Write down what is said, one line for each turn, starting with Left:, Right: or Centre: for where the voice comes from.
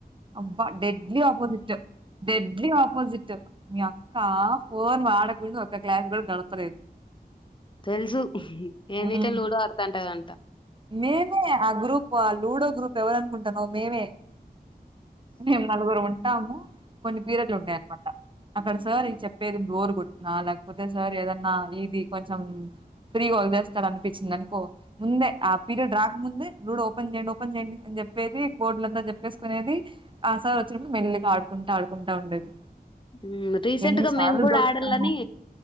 Right: అబ్బా డెడ్లీ ఆపోజిట్ డెడ్లీ ఆపోజిట్ మీ అక్క ఫోన్ వాడకుండా ఒక క్లాస్ కూడా గడపలేదు
Left: తెలుసు ఏందిటె
Right: మ్మ్.
Left: లూడో ఆడతాంటదంట
Right: మేమే ఆ గ్రూప్ ఆ లూడో గ్రూప్ ఎవరు అనుకుంటన్నవ్ మేమే మేము నలుగురం ఉంటాము కొన్ని పీరియడ్లు ఉంటాయన్నమాట అక్కడ సార్ ఇ చెప్పేది బోర్ కొట్టినా లేకపోతే సార్ ఏదన్నా ఇది కొంచెం ఫ్రీగా వదిలేస్తడు అనిపించింది అనుకో ముందే ఆ పీరియడ్ రాక ముందే లూడో ఓపెన్ చేయండి ఓపెన్ చేయండి అని చెప్పేది బోర్డులంతా చెప్పేసుకునేది ఆసార్ వచ్చినప్పుడు మెల్లిగా ఆడుకుంటా ఆడుకుంటా ఉండేది
Left: హ్మ్ రీసెంట్
Right: ఎన్నిసార్లు
Left: గా మేము కూడా
Right: దొరుకుతాము
Left: ఆడాలని